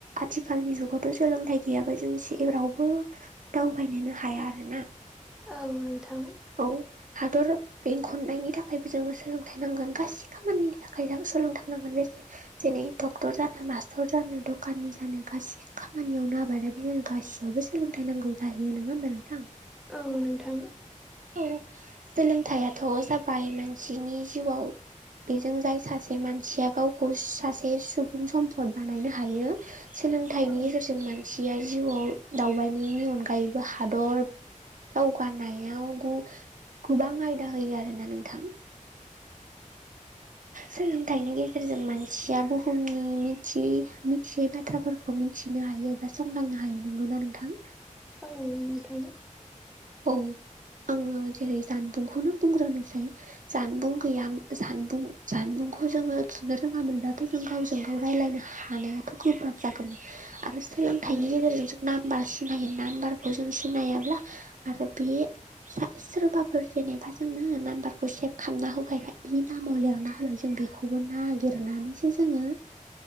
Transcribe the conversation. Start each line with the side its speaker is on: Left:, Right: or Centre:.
Right: आथिखालनि जुगावथ' सोलोंथाइ गैयाबा जों जे जेरावबो दावबायनोनो हाया आरो ना।
Centre: औ नोंथां।
Right: औ हादर बेंखननायनि थाखायबो जोङो सोलोंथाइ नांगोन गासिबो खामानिनि थाखाय जों सोलोंथांनांगोन बेसे जेरै डक्टर जानो मास्टर जानो दखाननि जानो गासै खामानियावनो आबादारि जानो गासैयावबो जों सोलोंथाइ नांगौ जाहैयो नङा होमबा नोंथां?
Centre: औ नोंथां।
Right: औ सोलोंथायाइथ' जाबाय मानसिनि जिउआव बेजों जाय सासे मानसिया गावखौ सासे सुबुं सम्फद बानायनो हायो। सोलोंथाइनि
Centre: औ
Right: गेजेरजों नो सेया जिउआव दावबायनायनि अनगायैबो हादर दावगानायाव गोबां आयदा होयो आरोना नोंथां सोलोंथाइनि गेजेरजों मानसिया बुहुमनि मिथियै बाथ्राफोरखौ खौ मिथिनो हायो एबा संदांनो हायो नोंगौना नोंथां।
Centre: औ नोंथां।
Right: औ आङो जेरै जानबुंखौनो बुंग्रोनोसै। जानबुं गैयाम जानबुं जानबुंखौ जोङो थुनो रोङामोनब्ला बे जों गावजों गाव रायज्लायनो हानायाथ' गोब्राब जागौमोन। आरो सोलोंथाइनि
Centre: औ नोंथां
Right: गेजेरजों जों नाम्बार सिनायो नाम्बारखौ जों सिनायाब्ला आरो बि सोरबाफोर जेनेबा जोंनो नाम्बारखौ सेभ खालामना होबाय बिनि नामाव लेरना होबाय जों बेखौ बे खौबो नागिरनानैसो जोङो